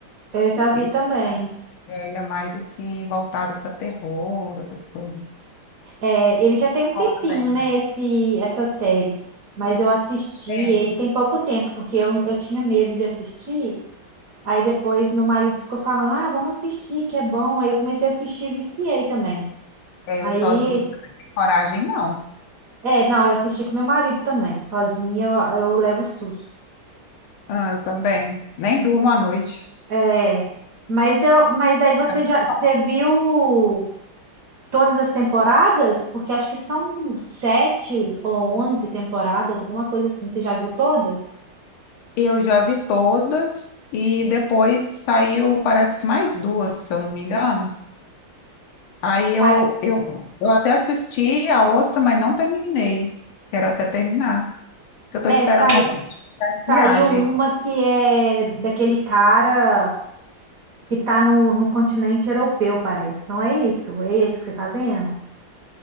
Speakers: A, on the right; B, on the left.
A: eu já vi
B: Ele
A: também.
B: é, ele é mais assim, voltado para terror, essas coisas.
A: É, ele já tem um tempinho,
B: Ó, também.
A: né, esse, essa série. Mas eu assisti
B: Tem.
A: ele tem pouco tempo, porque eu, eu tinha medo de assistir. Aí depois meu marido ficou falando, ah, vamos assistir, que é bom. Aí eu comecei a assistir e viciei também.
B: É,
A: Aí,
B: eu sozinho não tenho coragem, não.
A: é, não, eu assisti com meu marido também. Sozinha eu, eu levo susto.
B: Ah, eu também. Nem durmo à noite.
A: É, mas eu, mas aí você
B: É muito
A: já,
B: bom.
A: você viu Todas as temporadas? Porque acho que são sete ou onze temporadas, alguma coisa assim. Você já viu todas?
B: Eu já vi todas e depois saiu, parece que mais duas, se eu não me engano. Aí eu,
A: Sa-
B: eu, eu até assisti a outra, mas não terminei. Quero até terminar. porque Eu estou
A: É,
B: esperando
A: sai-
B: uma oportunidade de viagem.
A: saiu uma que é daquele cara que tá no, no continente europeu, parece. Não é isso? É esse que você tá vendo?